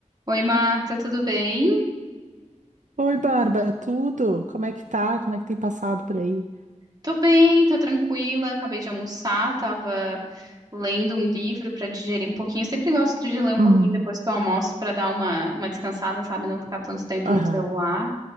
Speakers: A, on the right (about 30°); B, on the right (about 75°).
A: Oi, Marta, tudo bem?
B: Oi, Bárbara, tudo? Como é que tá? Como é que tem passado por aí?
A: Tô bem, tô tranquila. Acabei de almoçar, tava lendo um livro pra digerir um pouquinho. Eu sempre gosto de ler um
B: Uhum.
A: pouquinho depois que eu almoço pra dar uma, uma descansada, sabe? Não ficar tanto tempo
B: Aham,
A: no celular.